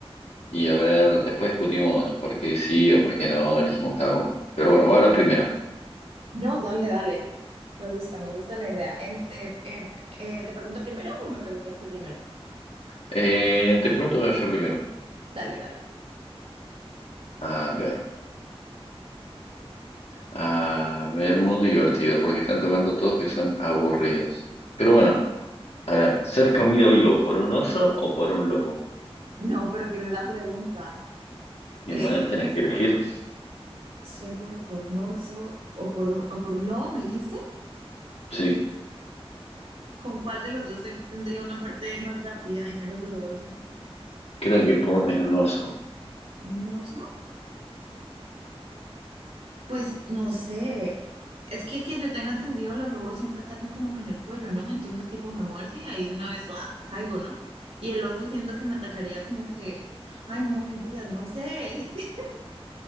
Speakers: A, on the left; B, on the right.
A: y a ver, después discutimos por qué sí o por qué no elegimos cada uno. Pero bueno, voy a la primera.
B: no, dale, dale. Me gusta, me gusta la idea. Este, eh, eh, ¿te pregunto primero o me preguntas tú primero?
A: Eh, te pregunto yo primero.
B: Dale, dale.
A: A ver, a ver uno divertido, porque están tocando todos que son aburridos. Pero bueno, a ver, ¿ser comido vivo por un oso o por un lobo?
B: No, pero que de la pregunta.
A: Y
B: <laughs>
A: bueno, tenés que elegir.
B: ¿Ser comido por un oso o por un, o por un lobo, me dijiste?
A: Sí,
B: ¿Con cuál de los dos ten- tendría una muerte más rápida y menos dolorosa?
A: creo que por, en un oso.
B: ¿Un oso? Pues no sé, es que que yo tenga entendido, los lobos siempre atacan como que en el cuello, ¿no? Entonces tipo me muerde y ahí de una vez ¡ah! caigo, ¿no? Y el oso siento que me atacaría como que, ay no, mentiras, no sé. <laughs>